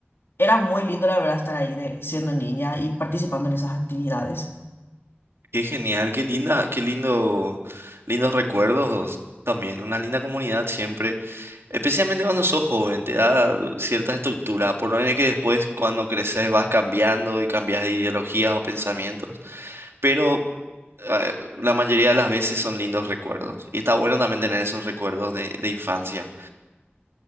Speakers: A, on the left; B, on the right.
A: era muy lindo la verdad estar ahí de, siendo niña y participando en esas actividades.
B: Qué genial, qué linda, qué lindo, lindos recuerdos también, una linda comunidad siempre. Especialmente cuando sos joven, te da cierta estructura, por no tener que después cuando creces vas cambiando y cambias de ideologías o pensamientos, pero eh, la mayoría de las veces son lindos recuerdos y está bueno también tener esos recuerdos de, de infancia.